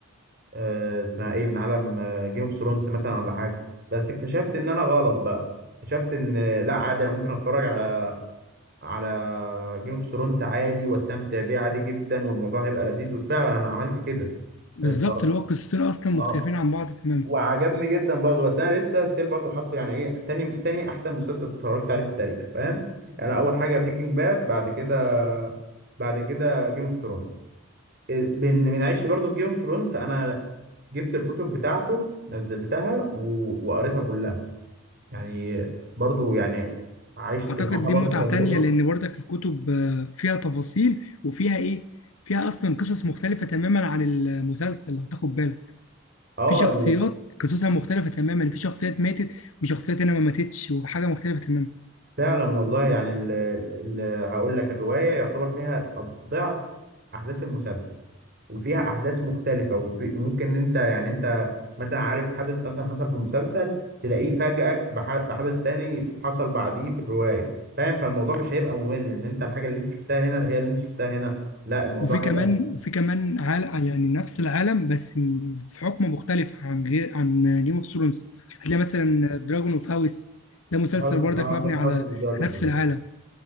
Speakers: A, on the right (about 50°); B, on the left (about 85°).
A: آه اسمها ايه من عالم جيم اوف ثرونز مثلا ولا حاجه بس اكتشفت ان انا غلط بقى اكتشفت ان لا عادي انا ممكن اتفرج على على جيم اوف ثرونز عادي واستمتع بيه عادي جدا والموضوع هيبقى لذيذ وفعلا انا عملت كده
B: بالظبط
A: اتفرج-
B: اللي هو القصتين اصلا مختلفين
A: اه
B: عن بعض تماما
A: وعجبني جدا برضه بس انا لسه ستيل برضه حاطه يعني ايه تاني تاني احسن مسلسل اتفرجت عليه في التاريخ فاهم يعني اول حاجه بريكنج باد بعد كده بعد كده جيم اوف ثرونز بن- بنعيش ايه برضه في جيم اوف ثرونز انا جبت الكتب بتاعته نزلتها و... وقريتها كلها يعني برضه يعني عشت
B: اعتقد
A: معاها
B: دي
A: برضه
B: متعة
A: تجربه
B: تانية لان برضك الكتب آه، فيها تفاصيل وفيها ايه فيها اصلا قصص مختلفة تماما عن المسلسل لو تاخد بالك
A: اه
B: في شخصيات قصصها مختلفة تماما في شخصيات ماتت وشخصيات هنا ما ماتتش وحاجة مختلفة تماما
A: فعلا والله يعني ال ال هقول لك الرواية يعتبر فيها ضعف أحداث المسلسل وفيها أحداث مختلفة وفي وممكن إن أنت يعني أنت مثلا عارف حدث مثلا حصل في المسلسل تلاقيه فاجئك بح- بحدث تاني حصل بعديه في الرواية فاهم فالموضوع مش هيبقى ممل إن أنت الحاجة اللي أنت شفتها هنا هي اللي أنت شفتها هنا لا الموضوع
B: وفي كمان
A: هيبقى
B: وفي كمان عال يعني نفس العالم بس م- في حكم مختلف عن غير عن جيم اوف ثرونز هتلاقي مثلا دراجون اوف هاوس ده مسلسل
A: هاوس
B: برضك
A: اوف
B: مبني على
A: ذا دراجونز
B: نفس العالم